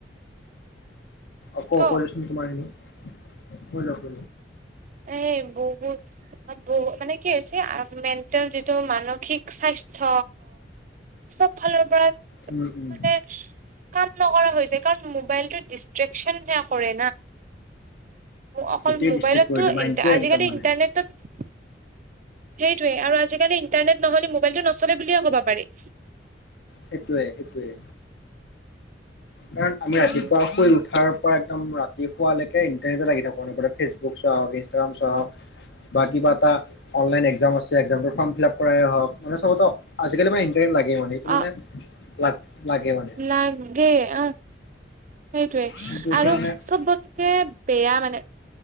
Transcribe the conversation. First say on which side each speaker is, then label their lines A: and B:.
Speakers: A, on the left; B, on the right.
A: আকৌ
B: ক
A: অপজচন তোমাৰ এনে মই লগ
B: এই বহুত বহু মানে কি হৈছে মেটেল যিটো মানসিক স্বাস্থ্য। চব ফালৰ পৰা
A: উম উম
B: মানে কাম নকৰা হৈছে। কাৰণ মোবাইল টো দিষ্টচেন না কৰে অকল
A: গোটেই
B: মোবাইলত।
A: ডিষ্ট্ৰিক্ট কৰি
B: ত
A: দিয়ে মাইণ্ডটোৱে
B: ই আজিকালি
A: একদম মানে
B: ইণ্টাৰনেটত সেইটোৱে আৰু আজিকালি ইণ্টাৰনেট নহলে মোবাইলটো নচলে বুলিয়ে ক'ব পাৰি।
A: সটোৱে এইটোৱে। কাৰণ আমি ৰাতিপুৱা
B: উম
A: শুই উঠাৰ পৰা একদম। তিখোৱালৈকে ইণ্টাৰনেটত লাগি থাকো। ফেচবুক চোৱা হওক ইনষ্টাগ্ৰাম চোৱাহক। বা কিবা এটা অনলাইন একজাম আছে, ফৰ্ম ফিল আপ কৰাই হক, মানে চবতো আজিকালি ইমান ইণ্টাৰনেট লাগে। মানে মানে
B: অ
A: লাগ। লাগে মানে
B: লাগে অ সেইটোৱে
A: কিন্তু এতিয়া
B: আৰু
A: মানে
B: চবতকে। পয়াা মানে,